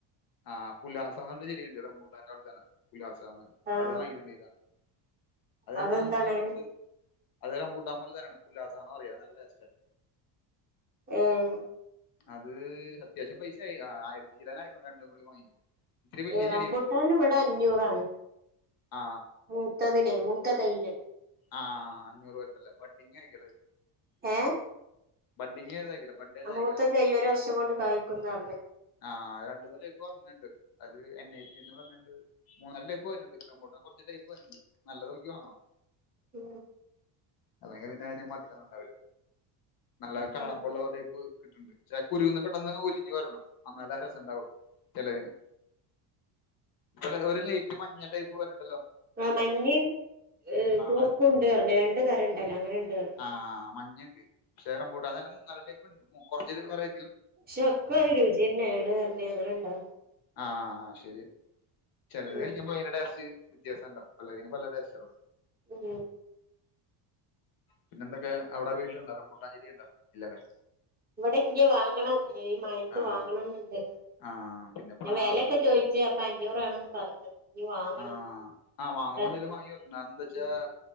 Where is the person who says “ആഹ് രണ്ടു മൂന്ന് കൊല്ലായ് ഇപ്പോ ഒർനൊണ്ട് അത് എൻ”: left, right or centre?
Left